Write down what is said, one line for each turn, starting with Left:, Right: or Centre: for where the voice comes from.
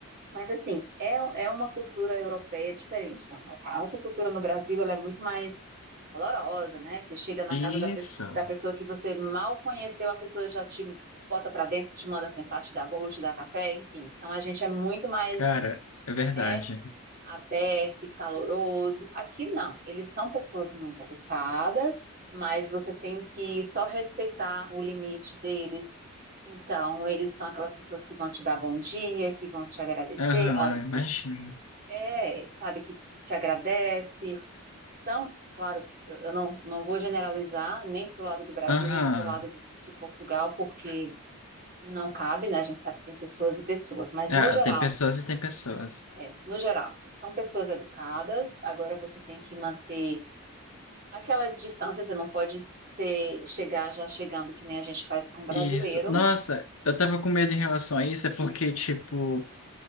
Right: Mas, assim, é, um- é uma cultura europeia diferente da nossa. A nossa cultura no Brasil, ela é muito mais valorosa, né? Você chega na
Left: Isso,
Right: casa da, pe da pessoa que você mal conheceu, a pessoa já te bota para dentro, te manda sentar, te dá bolo, te dá café, enfim. Então, a gente é muito mais,
Left: cara, é verdade.
Right: né, aberto e caloroso. Aqui não, eles são pessoas muito educadas, mas você tem que só respeitar o limite deles. Então, eles são aquelas pessoas que vão te dar bom dia, que vão te agradecer,
Left: Aham,
Right: olha,
Left: imagina.
Right: é, sabe, que, que te agradece. São, claro, eu, eu não, não vou generalizar nem para o lado do Brasil,
Left: Aham.
Right: nem para o lado do- de Portugal, porque não cabe, né? A gente sabe que tem pessoas e pessoas, mas
Left: Ah,
Right: no geral,
Left: tem pessoas e tem pessoas.
Right: é, no geral, são pessoas educadas, agora você tem que manter aquela distância, você não pode ser, chegar já chegando que nem a gente faz com brasileiro.
Left: Isso. Nossa, eu tava com medo em relação a isso, é porque, tipo,